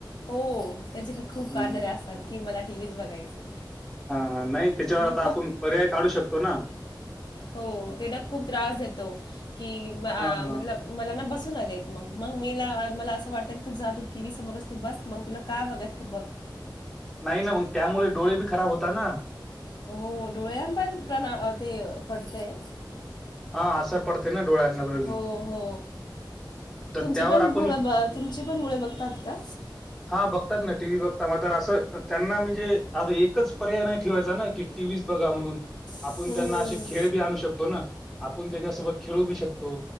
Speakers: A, on the left (about 65°); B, in the centre.
A: हों त्याचे तर खूप
B: हं.
A: कारणामे असतात की मला टीव्हीच बघायचं.
B: हां हां नाही त्याच्यावर
A: मग
B: आता आपण पर्याय काढू शकतो ना.
A: हों तेना खूप त्रास देतो की म
B: हां,
A: अं
B: हां.
A: मतलब मला ना बसू नाय देत मग मग मीला मला असं वाटतं की तू जा तू टी व्ही समोरच तू बस मग तुला काय बघाय तू बघ
B: नाही नां मग त्यामुळे डोळे बी खराब होता नां
A: हों डोळ्याबलं प्राणा ते पडतंय
B: हां आसर पडते ना डोळ्यांनांवर
A: हो
B: बी
A: हो तुमचे
B: त्यावर
A: पण
B: आपण
A: मुलं ब तुमची पण मुळे बघतात का?
B: हां बघतात नां टी व्ही बघता म तर असं त्यांना म्हणजे आं एकच पर्याय नाही ठेवायचा ना की टी व्ही च बघा म्हणून
A: हम्म,
B: आपण त्यांना
A: हम्म.
B: अशे खेळ बी आणू शकतो नां. आपुण त्याच्यासोबत खेळू बी शकतो